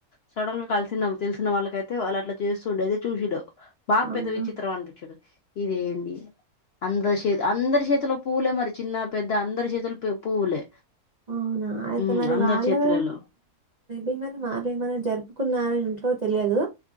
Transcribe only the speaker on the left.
సడెన్ గా కలిసినం తెలిసిన వాళ్ళకయితే వాళ్ళ అట్లా చేస్తుండే చుసుడు మాక్
పెద్ద విచిత్రం అనిపించడు ఇదేంది అందరి చేతులో పూవులే అందరి చేతులో పూలె మరి చిన్న పెద్ద అందరి చేతులు పువ్వులే
ఉమ్,
అందరి
చేతులలో